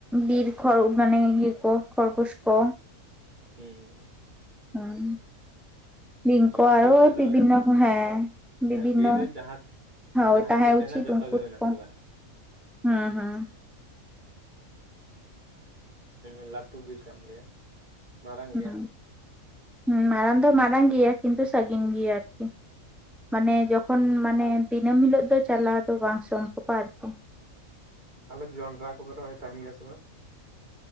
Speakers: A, in the centre; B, on the right (about 30°).
A: ᱵᱤᱨ ᱠᱷᱚᱲ ᱢᱟᱱᱮ ᱤᱭᱟᱹ ᱠᱚ ᱠᱷᱚᱨᱜᱳᱥ ᱠᱚ ᱾
B: ᱦᱮᱸ ᱾
A: ᱚᱸ ᱵᱤᱝᱠᱚ
B: ᱢᱟᱱᱮ
A: ᱟᱨᱚ
B: ᱵᱤᱨ ᱨᱮᱫᱚ
A: ᱵᱤᱵᱤᱱᱱᱚ ᱠᱚ ᱦᱮᱸ ᱵᱤᱵᱤᱱᱱᱚ
B: ᱦᱮᱸ ᱵᱤᱨ ᱨᱮ ᱡᱟᱦᱟᱸ
A: ᱦᱳᱭ
B: ᱡᱟᱦᱟᱱᱤᱡ
A: ᱛᱟᱦᱮ
B: ᱠᱚ ᱛᱟᱦᱮᱱᱟ
A: ᱩᱪᱤᱛ
B: ᱡᱚᱛᱚ
A: ᱩᱱᱠᱩ
B: ᱜᱮ ᱢᱮᱱᱟᱜ
A: ᱠᱚ
B: ᱠᱚᱣᱟ
A: ᱦᱩᱸ ᱦᱩᱸ
B: ᱩᱸ ᱞᱟᱴᱩ ᱵᱤᱨ ᱠᱟᱱ ᱜᱮᱭᱟ ᱢᱟᱨᱟᱝ
A: ᱦᱩᱸ
B: ᱜᱮᱭᱟ
A: ᱦᱩᱸ ᱢᱟᱨᱟᱝ ᱫᱚ ᱢᱟᱨᱟᱝ ᱜᱮᱭᱟ ᱠᱤᱱᱛᱩ ᱥᱟᱹᱜᱤᱱ ᱜᱮᱭᱟ ᱟᱨᱠᱤ ᱢᱟᱱᱮ ᱡᱚᱠᱷᱚᱱ ᱢᱟᱱᱮ ᱫᱤᱱᱟᱹᱢ ᱦᱤᱞᱳᱜ ᱫᱚ ᱪᱟᱞᱟᱣ ᱫᱚ ᱵᱟᱝ ᱥᱚᱢᱵᱷᱚᱵᱼᱟ ᱟᱨᱠᱤ
B: ᱟᱞᱮ ᱡᱚᱱᱰᱨᱟ ᱠᱚᱯᱮ ᱨᱚᱭ ᱛᱟᱦᱮᱱ ᱜᱮᱭᱟ ᱥᱮ ᱵᱟᱝ